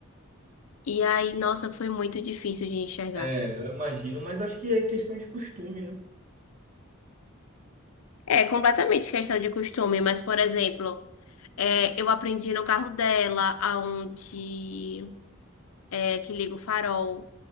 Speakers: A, on the left; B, on the right.
A: E aí, nossa, foi muito difícil de enxergar.
B: é, eu imagino, mas acho que é questão de costume, né?
A: É completamente questão de costume, mas, por exemplo, é, eu aprendi no carro dela, aonde. é, que liga o farol.